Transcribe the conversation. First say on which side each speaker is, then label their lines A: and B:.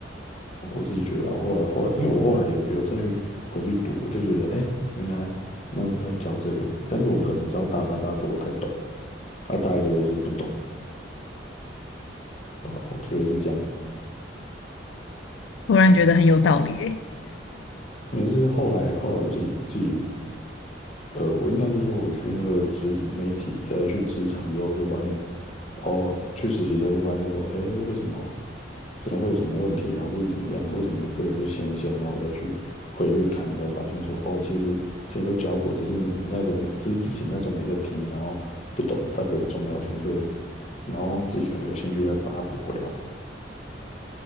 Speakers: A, on the left; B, on the left.
A: 我自己觉得啊。我后来后来，因为我后来有有再去回去读，我就觉得哎，原来那时候在教这个，但是我可能直到大三大四我才懂，啊，大一的时候是不懂，啊，我觉得是这样。
B: 突然觉得很有道理诶，
A: 因为是后来后来我自己自己呃，我应该是说，我去那个职媒体，再去职场之后，就发现，哦，去实习之后就发现说，哎，为什么可能会有什么问题啊，或者怎么样的为什么会有一些现象，然后我才去回去看，才发现说，哦，其实之前都教过，只是你那时候没，只是自己那时候没在听，然后不懂大概有重要性，所以，然后自己可能有兴趣再把它补回来。